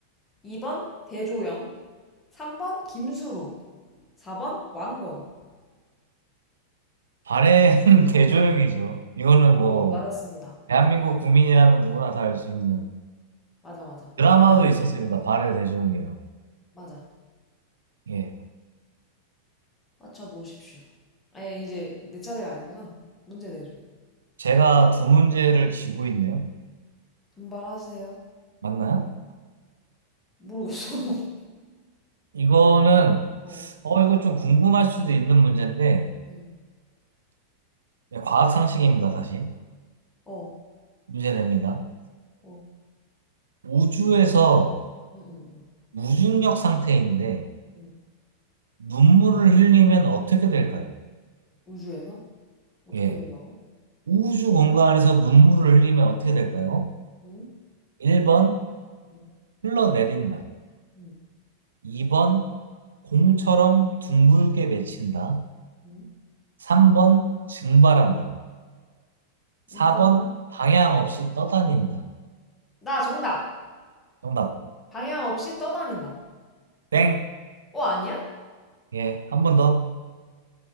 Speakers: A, on the left (about 15°); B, on the right (about 70°).
A: 2번 대조영, 3번 김수로, 4번 왕건.
B: 발해는 <laughs> 대조영이죠. 이거는
A: 오,
B: 뭐,
A: 맞았습니다.
B: 대한민국 국민이라면 누구나 다 알 수 있는
A: 맞아, 맞아.
B: 드라마도
A: 맞,
B: 있었습니다. 발의 대전이라고.
A: 맞아.
B: 예.
A: 맞춰보십시오. 에, 이제 내 차례가 아니구나. 문제 내줘.
B: 제가 두 문제를 쥐고 있네요.
A: 분발하세요.
B: 맞나요?
A: 모르겠어. <laughs>
B: 이거는,
A: 어,
B: 어, 이거 좀 궁금할 수도 있는 문제인데,
A: 음,
B: 예, 과학 상식입니다, 다시.
A: 어,
B: 문제 됩니다.
A: 어,
B: 우주에서
A: 음, 음,
B: 무중력 상태인데,
A: 음, 음.
B: 눈물을 흘리면 어떻게 될까요?
A: 우주에서? 어떻게
B: 예.
A: 되나?
B: 우주 공간에서 눈물을 흘리면 어떻게 될까요?
A: 음,
B: 1번,
A: 음,
B: 흘러내린다.
A: 음,
B: 2번 공처럼 둥글게 맺힌다.
A: 음.
B: 3번 증발한다. 4번
A: 음,
B: 방향 없이 떠다닌다.
A: 나 정답!
B: 정답.
A: 방향 없이 떠다닌다.
B: 땡.
A: 어, 아니야?
B: 예, 한 번 더.